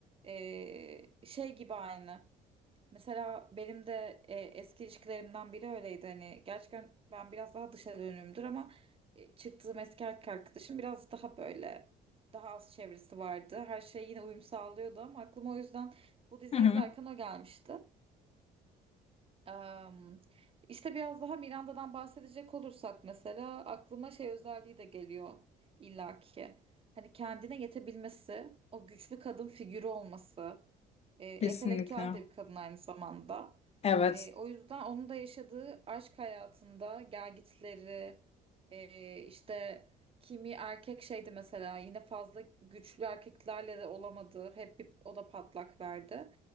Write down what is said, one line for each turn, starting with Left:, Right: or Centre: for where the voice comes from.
Right: e, şey gibi aynı. Mesela benim de e, eski ilişkilerimden biri öyleydi. Hani gerçekten ben biraz daha dışa dönüğümdür ama e, çıktığım eski erkek arkadaşım biraz daha böyle daha az çevresi vardı. Her şey yine uyum sağlıyordu ama aklıma o yüzden bu diziyi
Left: Hı hı.
Right: izlerken o gelmişti. Am, işte biraz daha Miranda'dan bahsedecek olursak mesela aklıma şey özelliği de geliyor illaki. Hani kendine yetebilmesi, o güçlü kadın figürü olması, e, entelektüel
Left: Kesinlikle.
Right: de bir kadın aynı zamanda.
Left: Evet.
Right: E, o yüzden onun da yaşadığı aşk hayatında gelgitleri e, işte kimi erkek şeydi mesela yine fazla güçlü erkeklerle de olamadı. Hep bir, o da patlak verdi.